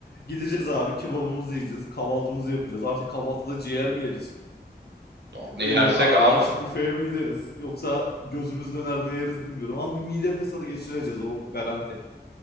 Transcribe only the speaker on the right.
Ya Ne
yersek
abi?